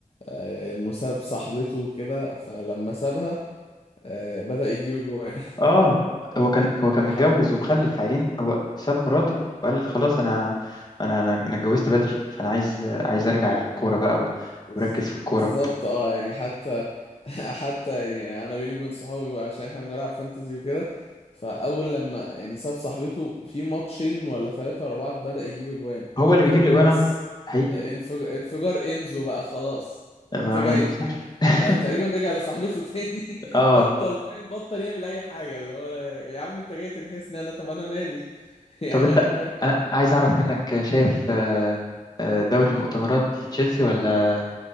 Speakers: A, on the left; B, on the left.
A: آه، انه ساب صاحبته كده فلما سابها آه، بدأ يجيب جوان
B: اه هو كان هو كان متجوز
A: <laughs>
B: ومخلف عيلين هو ساب مراته وقال خلاص انا انا انا أنا اتجوزت بدري فانا عايز عايز ارجع للكوره بقى و-
A: بز-
B: وركز في الكوره
A: بالظبط اه يعني حتى <laughs> حتى يعني انا بيني وبين صحابي بقى، عشان احنا بنلعب فانتزي وكده فاول لما يعني ساب صاحبته في ماتشين ولا ثلاثة ورا بعض بدأ يجيب اجوان
B: هو اللي
A: فقلنا
B: بيجيب لي جوانا
A: بس
B: حقيقي
A: انف- انفجار انزو بقى خلاص قمت
B: ما عارف
A: جايبه
B: <laughs>
A: آه، تقريبا رجع لصاحبته <laughs> تاني
B: اه
A: بطل فاهم بطل يعمل اي حاجة اللي هو يا عم انت جاي تنحسني انا طب انا مالي <laughs> يا
B: طب انت
A: عم
B: أنا عايز اعرف منك شايف آه، آه، دوري المؤتمرات لتشيلسي ولا